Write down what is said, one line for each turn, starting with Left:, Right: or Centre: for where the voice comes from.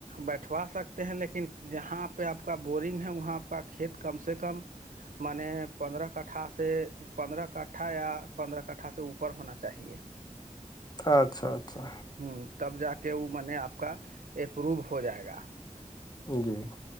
Right: بیٹھوا سکتے ہیں لیکن جہاں پہ آپ کا بورنگ ہے وہاں آپ کا کھیت کم سے کم مان پندرہ کٹھا سے پندرہ کٹھا یا پندرہ کٹھا سے اوپر ہونا چاہیے
Left: اچھا اچھا
Right: ہوں تب جا کے وہ میں نے آپ کا اپروو ہو جائے گا
Left: جی